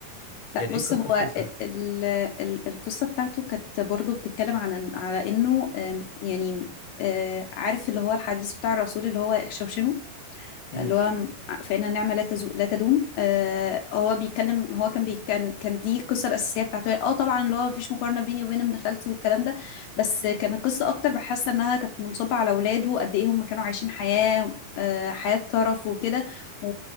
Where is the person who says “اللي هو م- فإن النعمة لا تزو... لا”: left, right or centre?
Left